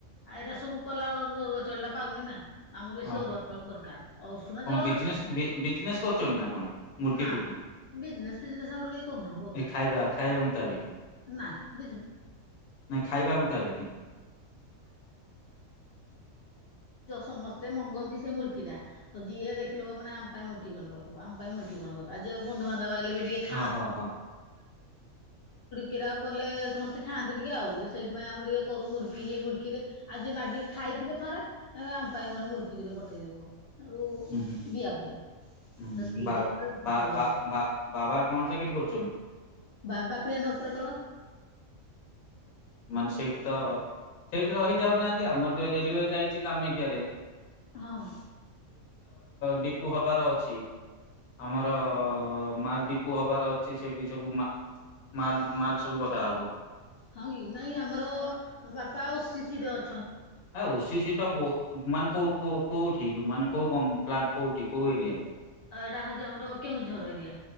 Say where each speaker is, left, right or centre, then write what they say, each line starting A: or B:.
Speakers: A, on the left (about 65°); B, on the left (about 85°).
A: ଏଇଟା ସବୁ କଲା ଆମର ଅରୁଆ ପାଉନି ନା ଆମର ବେଶୀ
B: ଓହୋ
A: ଅରୁଆ ଚାଉଳ ଦରକାର ଉଷୁନା
B: କଣ
A: ଚାଉଳ
B: ବିଜନେସ୍
A: ଦରକାର
B: ବି- ବିଜନେସ୍ କରୁଛନ୍ତି ନା କଣ? ମୁଡ଼କି
A: ନା
B: ଫୁଡ଼କି
A: ବିଜନେସ ଫିଜନେସ ଆମର କେହି କରୁନା କରୁନୁ।
B: ଏ ଖାଇବା ଖାଇବା ମୁତାବିକି
A: ନାଇଁ। <inaudible> ଭ
B: ନା ଖାଇବା ମୁତାବିକି
A: ସମସ୍ତେ ମଙ୍ଗନ୍ତି ସେ ମୁଡ଼କି ତ ଯିଏ ଦେଖିଲେ ଭବ ଆମ ପାଇଁ ମୁଡ଼କି କଣ କରୁଥିବୁ ଆମ ପାଇଁ ମୁଁ କଣ କଥା ଆଜି ଆଉ ବନ୍ଧୁବାନ୍ଧବ ଆସିଲେ ବି ଟିକେ ଖାଆ
B: ହଁ ହଁ ହଁ
A: କୀରା କଲେ ସମସ୍ତେ ଖାନ୍ତି ଟିକେ ଆଉ ସେଇଥିପାଇଁ ଆମ ଟିକେ କରୁ ମୁଡ଼କି ହେଇ ମୁଡ଼କି ଆଉ ଯିଏ ମାଗି ଖାଇ ଥିବେ ଥରେ ଆ ଆମ ପାଇଁ ଗଣେ ମୁଡ଼କି ଯଦି ପଠେଇ ଦେଇଥିବ ହେଟୁ
B: ହୁଁ ହୁଁ
A: ଦିଆ ହୁଏ।
B: ହୁଁ
A: ତ ସେଇଥିରେ
B: ବା
A: ଆମର
B: ବା
A: ଯାଏ।
B: ବା ବାବା କଣ ଚାକିରି କରୁଛନ୍ତି?
A: ବା ପାଖରେ ଏଇନେ ଅପରେଟର।
B: ମାନେ ସେଇଠି ତ ସେଇ ରହି ଯାଉନାହାନ୍ତି ଆମର ଯୋଉ ରେଲୱେ ଯାଇଛି କାମାକ୍ଷା ରେ
A: ହଁ।
B: ଡିପୁ ହବାର ଅଛି ଆମର ମା ଡ଼ିପୁ ହବାର ଅଛି ସେଇଠି ସବୁ ମାଲ ସବୁ ଗଦା ହବ।
A: ହଁ କି ନାଇଁ ଆମର ବାପା ଆ ଶିଶିର ଅଛି।
B: ହ ଓସିି ସି ତ ମାନେ କୋଉ କୋଉଠି ମାନେ କୋଉ କ ପ୍ କୋଉଠି କୋଉ ଏରିଆ?
A: ଆଉ ଏଇଟା ହଉଛି ଆମର କେଉଁଝର ଏରିଆ।